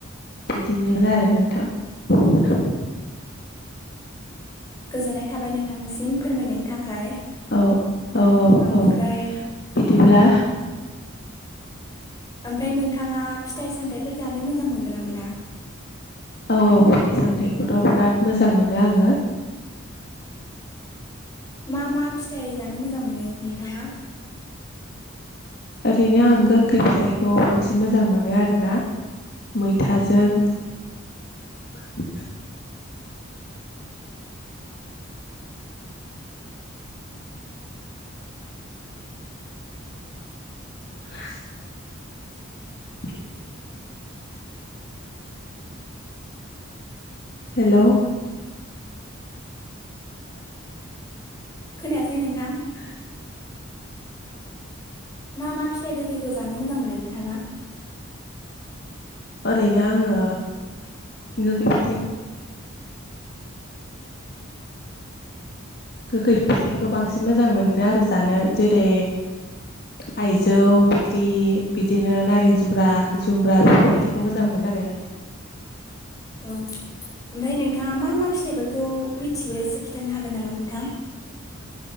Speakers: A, on the left; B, on the left.
A: बिदिनोमोन आरो नोंथां
B: गोजोननाय थाबाय नोंथांसिम फोरमायनायनि थाखाय
A: औ औ
B: ओमफ्राय
A: औ बिदिब्ला
B: ओमफ्राय नोंथाङा फिथाइ सामथायाइफोर जानो मोजां मोनगोन ना मोना
A: औ औ फिथाइ सामथाइखौथ' बिराद मोजां मोनो आङो
B: मा मा फिथाइ जानो मोजां मोनो नोंथाङा
A: ओरैनो आं गोखै फिथाइ खौ बांसिन मोजां मोनो आरोना मैथाजों <inaudible> <inaudible> <inaudible> हेल'
B: खोनायासै नोंथां
A: <inaudible>
B: मा मा फिथाइ गोखैखौ जानो मोजां मोनो नोंथाङा
A: ओरैनो आङो गोखै फिथाइ गोखै फिथाइखौ बांसिन मोजां मोनो आरो जानो जेरै थाइजौ बैग्रि बिदिनो नारें जुमब्रा जुमब्रा
B: औ
A: बेफोरबायदिखौ मोजां मोनो आरो
B: औ ओमफ्राय नोंथाङा मा मा फिथाइफोरखौ मिथियो एसे खिन्थानो हागोन नामा नोंथां